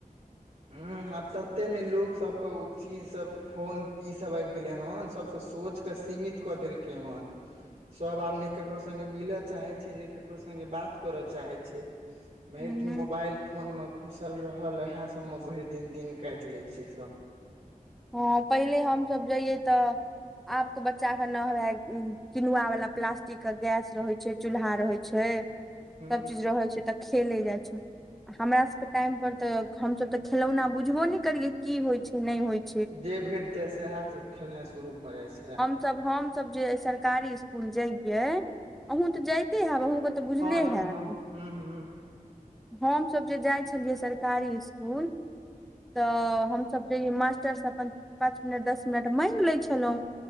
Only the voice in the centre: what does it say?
हूँ
हँ पहिले हमसभ जइये तऽ आब के बच्चा के न ह किनुआ वाला प्लास्टिक के गैस रहे छै चूल्हा रहै छै
सब चीज रहै छै तऽ खेले जाइ छै आ हमर सभके टाइम पर तऽ हमसभ तऽ खेलौना बुझबो नहि करियै की होइत छै नहि होइ छै
हम सरकारी स्कुल जाये आहू तऽ जायते हेब तऽ बुझले
हायत
हमस जे जाइ छलियै सरकारी स्कुल तऽ हमसब जाऐ मास्टर अपन पाँच मिनट दस मिनट मागि लै छलहुँं